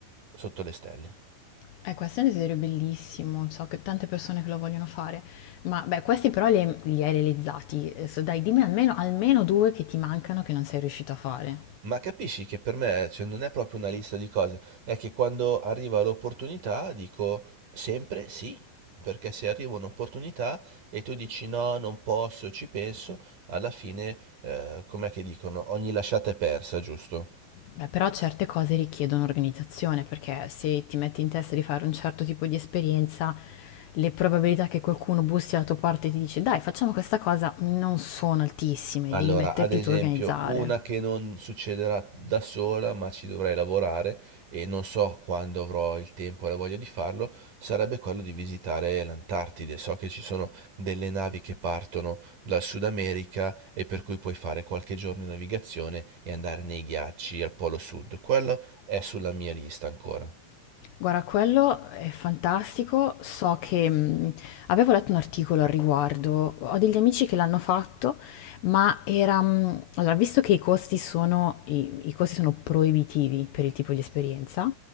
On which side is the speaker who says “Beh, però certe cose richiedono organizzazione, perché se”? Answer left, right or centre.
Left